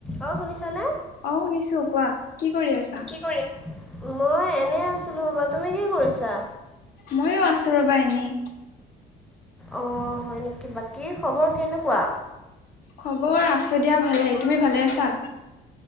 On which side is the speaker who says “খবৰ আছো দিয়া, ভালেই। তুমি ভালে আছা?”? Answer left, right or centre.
Left